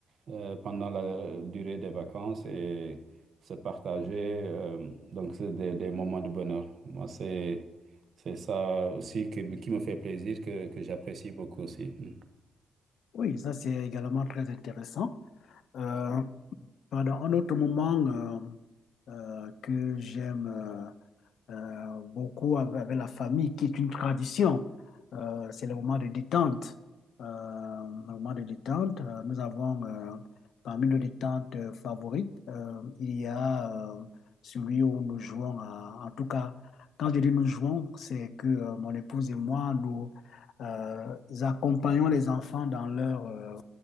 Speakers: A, on the right; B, on the left.
A: euh, pendant la durée des vacances et se partager. euh, donc, c'est des, des moments de bonheur. Moi, c'est, c'est ça aussi qui, me qui me fait plaisir, que, que j'apprécie beaucoup aussi. Mm.
B: Oui, ça c'est également très intéressant. Euh, Pendant un autre moment euh, euh, que j'aime. euh, euh, beaucoup avec, avec la famille, qui est une tradition. Euh, c'est le moment de détente. Euh, le moment de détente, euh, nous avons euh, parmi nos détentes euh, favorites, euh, il y a euh, celui où nous jouons, à- en tout cas, quand je dis nous jouons, c'est que euh, mon épouse et moi, nous euh, accompagnons les enfants dans leur euh,